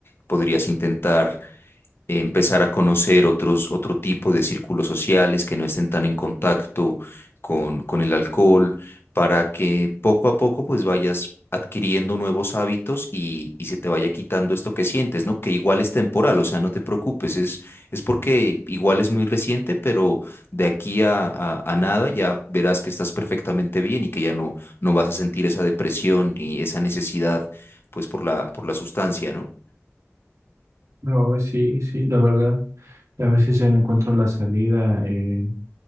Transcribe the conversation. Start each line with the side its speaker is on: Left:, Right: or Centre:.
Left: podrías intentar eh, empezar a conocer otros, otro tipo de círculos sociales que no estén tan en contacto con, con el alcohol, para que poco a poco pues vayas adquiriendo nuevos hábitos y, y se te vaya quitando esto que sientes, ¿no? Que igual es temporal, o sea, no te preocupes, es, es porque igual es muy reciente, pero de aquí a, a- a nada ya verás que estás perfectamente bien y que ya no, no vas a sentir esa depresión ni esa necesidad pues por la, por la sustancia, ¿no?
Right: No, eh, sí, sí, la verdad. A veces ya no encuentro la salida. eh,